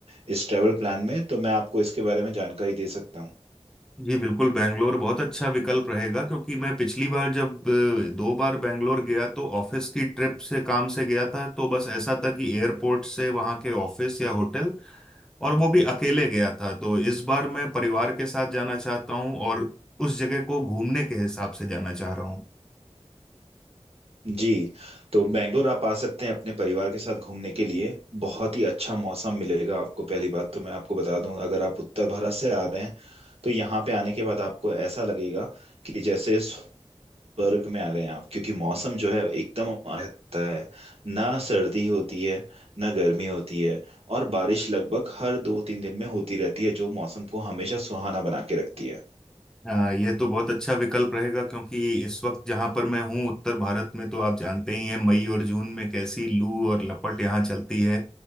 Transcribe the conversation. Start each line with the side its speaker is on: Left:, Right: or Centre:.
Right: इस ट्रैवल प्लान में तो मैं आपको इसके बारे में जानकारी दे सकता हूँ
Centre: जी बिल्कुल बैंगलोर बहुत अच्छा विकल्प रहेगा क्योंकि मैं पिछली बार जब अ, दो बार बैंगलोर गया तो ऑफिस की ट्रिप से काम से गया था तो बस ऐसा था कि एयरपोर्ट से वहाँ के ऑफिस या होटल और वो भी अकेले गया था तो इस बार मैं परिवार के साथ जाना चाहता हूँ और उस जगह को घूमने के हिसाब से जाना चाह रहा हूँ
Right: जी तो बेंगलोर आप आ सकते हैं अपने परिवार के साथ घूमने के लिए बहुत ही अच्छा मौसम मिलेगा आपको पहली बात तो मैं आपको बता दूं अगर आप उत्तर भारत से आ रहे हैं तो यहाँ पे आने के बाद आपको ऐसा लगेगा कि जैसे स्वर्ग में आ गए हैं आप क्योंकि मौसम जो है एकदम आता है ना सर्दी होती है ना गर्मी होती है और बारिश लगभग हर दो तीन दिन में होती रहती है जो मौसम को हमेशा सुहाना बना के रखती है
Centre: अ, ये तो बहुत अच्छा विकल्प रहेगा क्योंकि इस वक्त जहां पर मैं हूँ उत्तर भारत में तो आप जानते ही हैं मई और जून में कैसी लू और लपट यहाँ चलती है